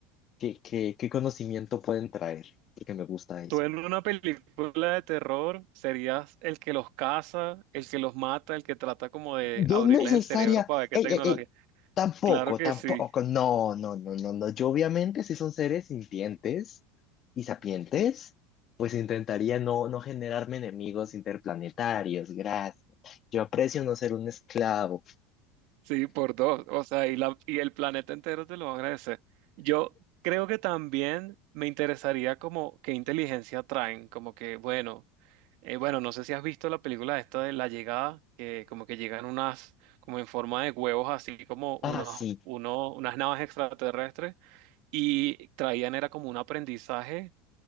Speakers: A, on the left; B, on the right.
A: qué, qué, qué conocimiento pueden traer, porque me gusta eso.
B: Tú en una película de terror serías el que los caza, el que los mata, el que trata como de
A: No
B: abrirles
A: necesaria.
B: el cerebro para ver qué
A: Ey,
B: tecnología.
A: ey, ey. Tampoco,
B: Claro que
A: tampoco.
B: sí,
A: No, no, no, no, no. Yo obviamente si son seres sintientes y sapientes, pues intentaría no, no generarme enemigos interplanetarios. Gracias. Yo aprecio no ser un esclavo.
B: sí, por dos. O sea, y, la, y el planeta entero te lo va a agradecer. Yo creo que también me interesaría como qué inteligencia traen, como que, bueno, eh, bueno, no sé si has visto la película esta de La Llegada, que como que llegan unas, como en forma de huevos, así como unos,
A: Ah, sí,
B: uno, unas naves extraterrestres y traían era como un aprendizaje,